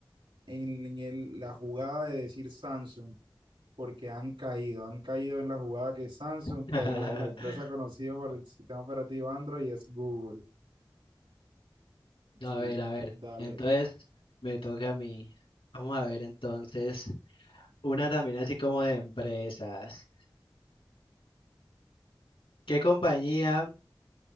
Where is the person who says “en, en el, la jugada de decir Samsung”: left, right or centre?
Right